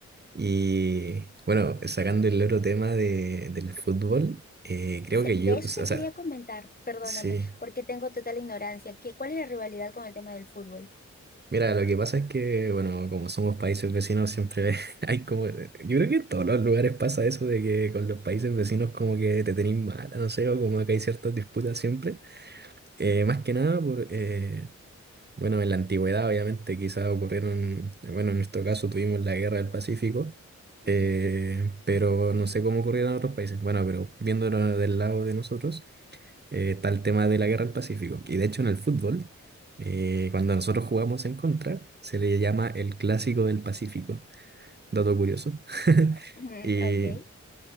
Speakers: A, on the right; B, on the left.
A: Y bueno, sacando el otro tema de, del fútbol, eh, creo
B: Se-
A: que
B: De
A: yo,
B: eso
A: o sea,
B: te quería comentar, perdóname,
A: sí.
B: porque tengo total ignorancia. ¿Qué, cuál es la rivalidad con el tema del fútbol?
A: Mira, lo que pasa es que, bueno, como somos países vecinos, siempre <laughs> hay como, yo creo que en todos los lugares pasa eso de que con los países vecinos como que te tenéis mala, no sé, o como que hay ciertas disputas siempre. Eh, más que nada por, eh, Bueno, en la antigüedad, obviamente, quizás ocurrieron, bueno, en nuestro caso tuvimos la guerra del Pacífico,
B: Ujú.
A: eh, pero no sé cómo ocurrieron en otros países. Bueno, pero viéndolo del lado de nosotros, eh, está el tema de la guerra del Pacífico. Y de hecho, en el fútbol, eh, cuando nosotros jugamos en contra, se le llama el clásico del Pacífico. Dato curioso. <laughs>
B: Ujú,
A: Y,
B: Ok.